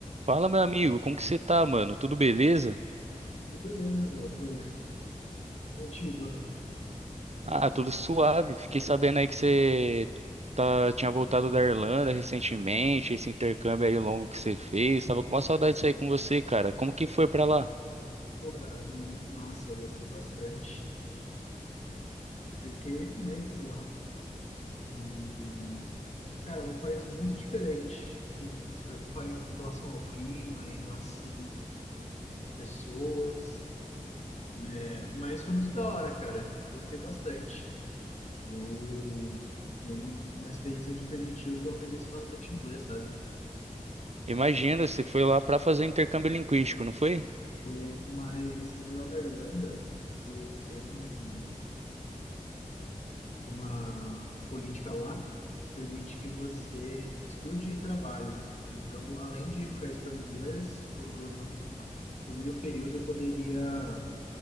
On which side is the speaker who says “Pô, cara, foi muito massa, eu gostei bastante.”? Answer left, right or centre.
Left